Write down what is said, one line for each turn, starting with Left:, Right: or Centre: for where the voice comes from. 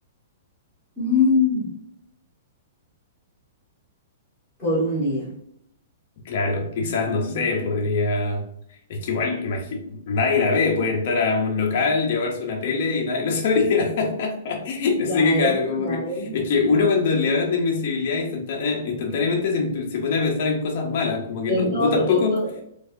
Centre: Mm, por un día.
Left: Claro, quizás, no sé,
Centre: Mm,
Left: podría... Es que igual, imagi- nadie la ve, puede entrar a un local, llevarse una tele y nadie lo sabría. <laughs>
Centre: Claro,
Left: Así que claro, como
Centre: claro.
Left: que... Es que uno cuando le hablan de invisibilidad instantá- eh, instantáneamente se, se pone a pensar en cosas malas, como que
Centre: En
Left: no,
Centre: todo
Left: vos tampoco...
Centre: lo que, todo,